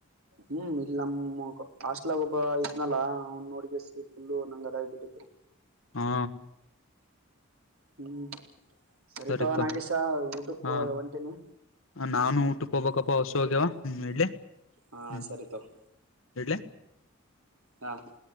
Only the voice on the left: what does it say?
ಹಾ
ಸರಿತ
ಹಾ
ನಾನು ಊಟಕ್ಕೆ ಹೋಗ್ಬೇಕಪ್ಪ ಹೊಸು ಹೋಗ್ಯವ ಹ್ಮ್ ಇಲೆ
ಹ್ಮ್
ಇಡ್ಲೆ ಹ್ಮ